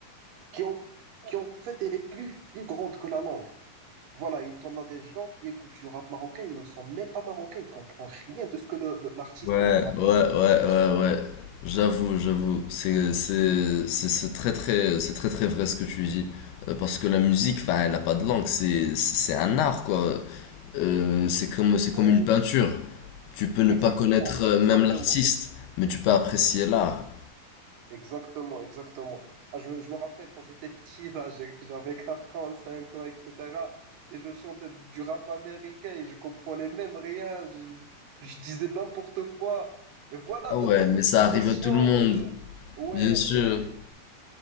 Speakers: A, on the right; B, on the left.
A: qui en, qui en fait elle est plus, plus grande que la langue. Voilà, et t'en as des gens qui écoutent du rap marocain, ils ne sont même pas marocains, ils comprennent rien de ce que le- le- l'artiste
B: Ouais,
A: ou là, le rappeur
B: ouais, ouais,
A: il dit.
B: ouais. J'avoue, j'avoue. C'est, c'est, c'est c'est très, très, c'est très, très vrai ce que tu dis. Euh, parce que la musique, enfin, elle n'a pas de langue. C'est, c'est un art, quoi. Euh, c'est comme, c'est
A: Oui,
B: comme une peinture. Tu peux ne
A: exactement,
B: pas connaître euh,
A: exactement,
B: même l'artiste, mais tu peux apprécier l'art.
A: exactement, exactement. Ah, je, je me rappelle quand j'étais petit, là, j'ai- j'avais 4 ans, 5 ans, etc. Et je chantais du rap américain et je comprenais même rien, je, je disais n'importe quoi. Et voilà,
B: Ah
A: t'as,
B: ouais,
A: t'as cette
B: mais ça
A: sensation
B: arrive à tout le monde.
A: de... Ouais,
B: Bien sûr,
A: ouais,